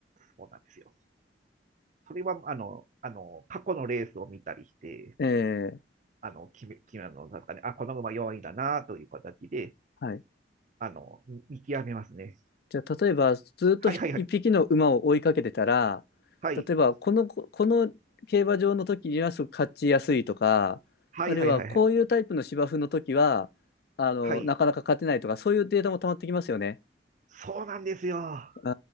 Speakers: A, on the right (about 45°); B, on the left (about 60°).
A: そうなんですよ。それは、あの、あの、過去のレースを見たりして、
B: ええ
A: あの、決め、決め、あの、なんですかね、あ、この馬4位だな、という形で、
B: はい。
A: あの、見見極めますね。
B: じゃあ、例えば、ずっとひ一匹の馬を追いかけてたら、
A: はいはいはい。はい。
B: 例えば、この、ここの競馬場の時にはすごく勝ちやすいとか、
A: はいはいはいはい。
B: あるいは、こういうタイプの芝生の時は、あの、
A: はい。
B: なかなか勝てないとか、そういうデータも溜まってきますよね。
A: そうなんですよ。は
B: う